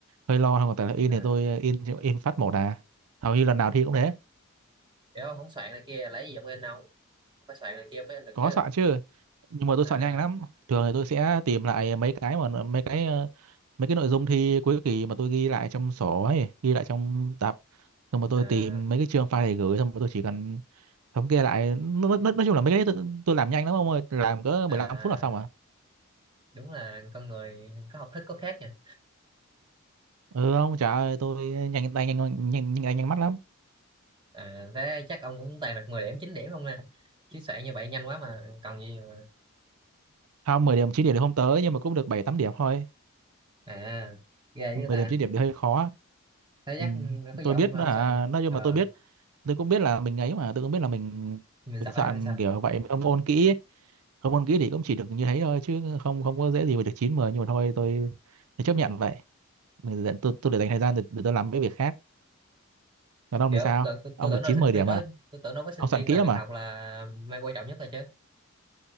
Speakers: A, on the right; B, on the right.
A: hơi lo không tại là in
B: à,
A: thì tôi ờ, in in phát một à hầu như lần nào thi cũng thế
B: kiểu ông không soạn này kia lấy gì ông in ông phải soạn này kia mới in được
A: có
B: chứ.
A: soạn chứ nhưng mà tôi
B: À,
A: soạn nhanh lắm thường thì tôi sẽ tìm lại mấy cái mà mấy cái ờ, mấy cái nội dung thi cuối kỳ mà tôi ghi lại trong sổ ấy ghi lại trong tập xong rồi tôi
B: à,
A: tìm mấy cái chương file để gửi xong rồi tôi chỉ cần thống kê lại nói, nói, nói chung là mấy cái đấy tôi, tôi làm nhanh lắm ông ơi làm cỡ
B: à
A: 15 phút là xong à
B: đúng là con người có học thức có khác nha.
A: ừ không trời ơi tôi nhanh tay nhanh nhanh nhanh, nhanh, tay, nhanh mắt lắm
B: À, thế chắc ông cũng toàn được 10 điểm 9 điểm không nè. Chứ soạn như vậy nhanh quá mà còn gì mà.
A: không mười điểm chín điểm thì không tới nhưng mà cũng được 7 8 điểm thôi
B: À, ghê
A: mười
B: với ta.
A: điểm 9 điểm thì hơi khó
B: Thế chắc
A: Ừ.
B: có gì
A: Tôi
B: ông
A: biết
B: ông
A: nó hả
B: soạn
A: nói chung
B: ờ,
A: là tôi biết tôi cũng biết là mình ấy mà tôi cũng biết là mình
B: mình
A: mình
B: giỏi
A: soạn
B: hay sao?
A: kiểu vậy mình không ôn kỹ ấy. không ôn kỹ thì cũng chỉ được như thế thôi chứ không không có dễ gì mà được chín mười nhưng mà thôi tôi, tôi chấp nhận vậy mình để- tôi tôi để dành thời gian để, để tôi làm mấy việc khác còn ông
B: Kiểu
A: thì sao
B: tôi, tôi,
A: ông
B: tôi tưởng
A: được
B: nó
A: chín
B: là sinh
A: mười
B: viên
A: điểm
B: đó,
A: à
B: tôi tưởng nó với sinh
A: ông soạn
B: viên
A: kỹ
B: là
A: lắm
B: việc
A: mà
B: học là mày quan trọng nhất rồi chứ.